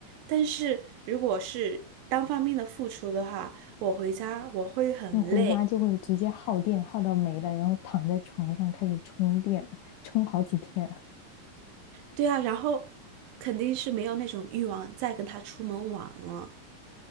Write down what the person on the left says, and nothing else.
那回家就会直接耗电，耗到没了，然后躺在床上开始充电，充好几天。